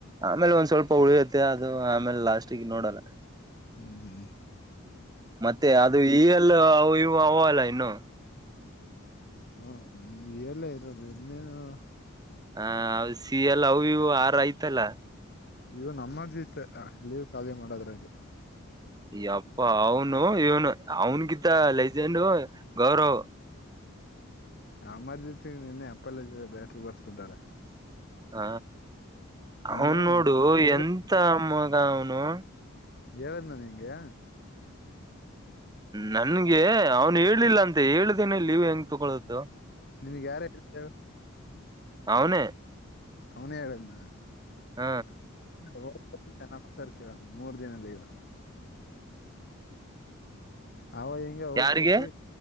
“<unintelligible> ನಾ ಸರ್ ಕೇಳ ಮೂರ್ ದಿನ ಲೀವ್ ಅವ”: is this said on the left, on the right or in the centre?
Left